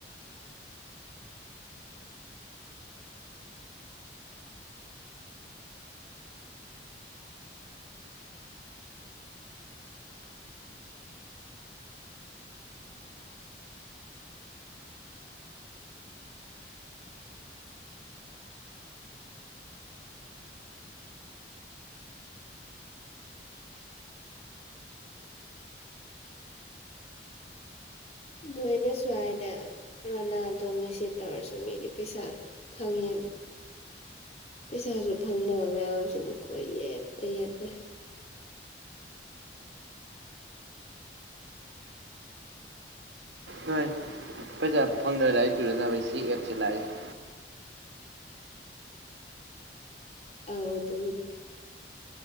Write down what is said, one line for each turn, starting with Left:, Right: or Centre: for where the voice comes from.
Left: ꯅꯣꯏꯅ ꯁ꯭ꯋꯥꯏꯗ ꯔꯣꯅꯥꯜꯗꯣ ꯃꯦꯁꯦꯖ ꯇꯧꯔꯁꯨ ꯃꯤꯗꯤ ꯄꯩꯁꯥ ꯐꯪꯉꯦꯕ ꯄꯩꯁꯥꯁꯨ ꯐꯪꯗꯕ ꯃꯌꯥꯝꯁꯤꯅ ꯀꯣꯏꯌꯦꯛꯇ ꯌꯦꯠꯅꯩ
Right: ꯍꯣꯏ ꯄꯩꯁꯥ ꯐꯪꯗꯕ ꯂꯥꯏꯔꯤꯛ ꯇꯔꯅꯕ ꯑꯩ ꯁꯤ ꯑꯦꯞꯁꯤ ꯂꯥꯛꯏꯁꯦ
Left: ꯑꯣꯏ ꯑꯗꯨꯕꯨꯗꯤ